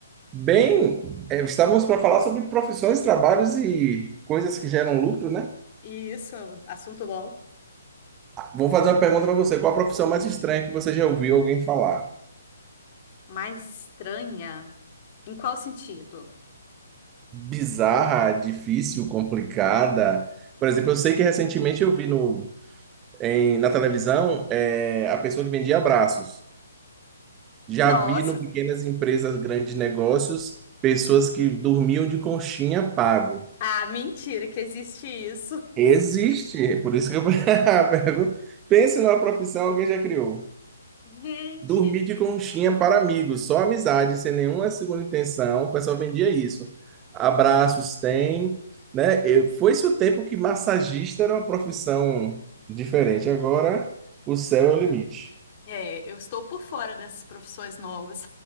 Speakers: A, on the right; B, on the left.
A: Bem, é, estávamos para falar sobre profissões, trabalhos e coisas que geram lucro, né?
B: Isso, assunto bom.
A: Vou fazer uma pergunta para você. Qual a profissão mais estranha que você já ouviu alguém falar?
B: Mais estranha? Em qual sentido?
A: Bizarra, difícil, complicada? Por exemplo, eu sei que recentemente eu vi no, em- na televisão é, a pessoa que vendia abraços. Já
B: Nossa!
A: vi no pequenas empresas, grandes negócios, pessoas que dormiam de conchinha pago.
B: Ah, mentira que existe isso.
A: Existe, é por isso que eu <laughs> pergunto. Pense numa profissão que alguém já criou.
B: <laughs> Gente!
A: Dormir de conchinha para amigos, só amizade, sem nenhuma segunda intenção. O pessoal vendia isso. Abraços tem, né? Eu- Foi-se o tempo que massagista era uma profissão diferente. Agora o céu é o limite.
B: É, eu estou por fora dessas profissões novas.